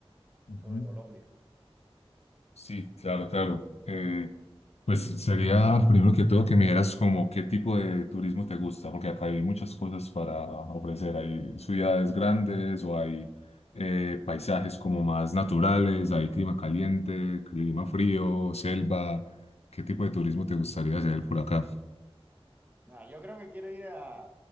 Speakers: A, on the left (about 85°); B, on the right (about 15°).
A: Ujú.
B: Sobre Colombia.
A: Sí, claro, claro. Eh, Pues sería primero que todo que me dieras como qué tipo de turismo te gusta, porque acá hay muchas cosas para ofrecer. Hay ciudades grandes o hay eh, paisajes como más naturales, hay clima caliente, clima frío, selva. ¿Qué tipo de turismo te gustaría hacer por acá?
B: Nada, yo creo que quiero ir a,